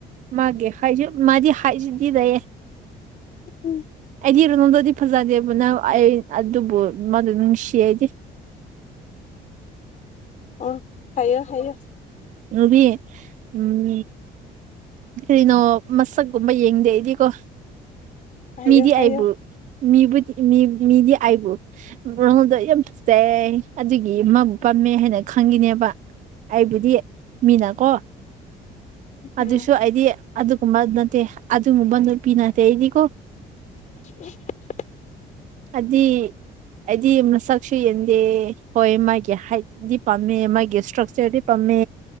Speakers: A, on the right; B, on the left.
A: ꯃꯥꯒꯤ ꯍꯥꯏꯁꯨ ꯃꯥꯗꯤ ꯍꯥꯏꯁꯨꯗꯤ ꯂꯩꯌꯦꯦ
B: ꯎꯝ
A: ꯀꯗꯤꯔꯣ ꯅꯅꯨꯡꯗꯗꯤ ꯐꯖꯗꯦꯕꯅꯪ ꯑꯩ ꯑꯗꯨꯕꯨ ꯃꯥꯗ ꯅꯨꯡꯁꯤꯌꯦꯗꯤ
B: ꯑꯣ ꯍꯥꯏꯌꯦꯌꯦ ꯍꯥꯏꯌꯦꯌꯦ
A: ꯔꯕꯤ ꯎꯝ ꯀꯔꯤꯅꯣ ꯃꯁꯛꯀꯨꯝꯕ ꯌꯦꯡꯗꯦ ꯑꯩꯗꯤꯀꯣ
B: ꯍꯥꯏꯌꯣ
A: ꯃꯤꯗꯤ
B: ꯍꯥꯏꯌꯣ
A: ꯑꯏꯕꯨꯨ ꯃꯤꯕꯨꯗꯤ ꯃꯤꯗꯤ ꯑꯩꯕꯨ ꯃꯣꯜꯗꯣ ꯌꯥꯝ ꯐꯖꯩ ꯑꯗꯨꯒꯤ ꯃꯥꯕꯨ ꯄꯥꯝ ꯊꯝꯃꯦ ꯍꯥꯏꯅ ꯈꯪꯈꯤꯅꯦꯕ ꯑꯩꯕꯨꯗꯤ ꯃꯤꯅꯀꯣ ꯑꯗꯨꯁꯨ
B: ꯎꯝ
A: ꯑꯩꯗꯤ ꯑꯗꯨꯒꯨꯝꯕ ꯅꯠꯇꯦ ꯑꯗꯨꯕꯟ ꯄꯤꯅꯇ ꯍꯥꯏꯔꯤꯀꯣ
B: ꯑꯣ
A: ꯑꯗꯤ ꯑꯗꯤ ꯃꯁ ꯁꯨ ꯌꯦꯟꯗꯦ ꯍꯣꯏ ꯃꯥꯒꯤ ꯍꯥꯏꯠꯗꯤ ꯄꯥꯝꯃꯦ ꯃꯥꯒꯤ ꯏꯁꯇ꯭ꯔꯛꯆꯔꯗꯤ ꯄꯥꯝꯃꯦ